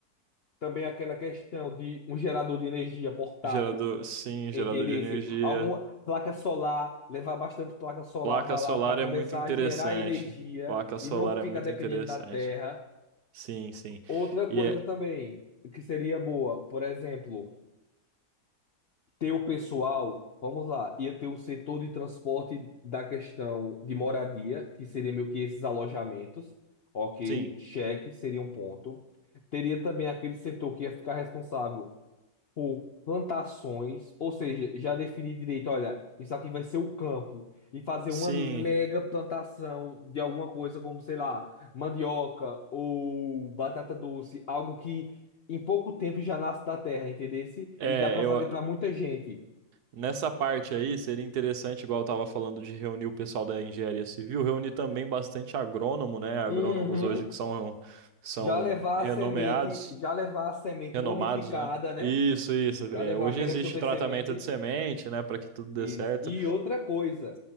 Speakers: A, on the left; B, on the right.
A: Também aquela questão de um gerador de energia portátil,
B: Gerador, sim,
A: entendesse?
B: gerador de energia.
A: Alguma placa solar, levar bastante placa solar
B: Placa
A: para
B: solar
A: lá para começar
B: é muito interessante.
A: a gerar energia
B: Placa solar
A: e não
B: é
A: ficar
B: muito
A: dependendo
B: interessante.
A: da terra.
B: Sim, sim.
A: Outra coisa
B: E é,
A: também que seria boa, por exemplo, ter o pessoal, vamos lá, ia ter o setor de transporte da questão de moradia, que seria meio que esses alojamentos, ok?
B: sim,
A: Cheque seria um ponto. Teria também aquele setor que ia ficar responsável por plantações, ou seja, já definir direito, olha, isso aqui vai ser o campo, e fazer uma
B: sim.
A: mega plantação de alguma coisa, como, sei lá, mandioca ou batata doce, algo que em pouco tempo já nasce da terra, entendesse?
B: É,
A: E dá para
B: eu
A: fazer para muita gente.
B: nessa parte aí seria interessante, igual eu tava falando de reunir o pessoal da engenharia civil, reunir também bastante agrônomo, né? Agrônomos
A: Uhum.
B: hoje que são são
A: Já levar
B: renomeados,
A: a semente, já levar a semente
B: renomados,
A: modificada,
B: né?
A: né?
B: Isso, isso.
A: Já
B: É,
A: levar
B: hoje
A: aquela
B: existe
A: super
B: tratamento
A: semente.
B: de semente, né, para que tudo dê
A: E,
B: certo.
A: e outra coisa,